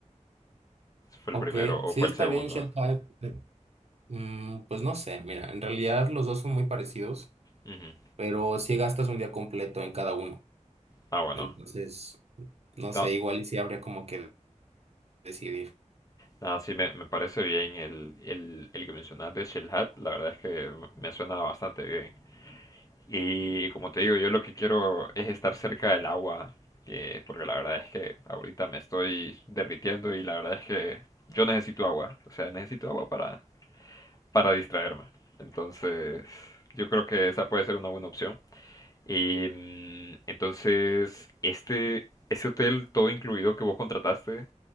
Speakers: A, on the left; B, on the right.
A: ¿Fue el
B: Ok,
A: primero o
B: sí
A: fue
B: está
A: el segundo?
B: bien, Shell Hive. Eh, mm, pues no sé, mira, en realidad los dos son muy parecidos,
A: Ujú.
B: pero si gastas un día completo en cada uno.
A: Ah, bueno.
B: Entonces, no sé,
A: Da-
B: igual y sí habría como que decidir.
A: nada, sí, me, me parece bien el, el, el que mencionaste de Shell Hat. La verdad es que me me suena bastante bien. Y como te digo, yo lo que quiero es estar cerca del agua, que- porque la verdad es que ahorita me estoy derritiendo y la verdad es que yo necesito agua, o sea, necesito agua para, para distraerme. Entonces, yo creo que esa puede ser una buena opción. Y mm, entonces, este, ese hotel todo incluido que vos contrataste,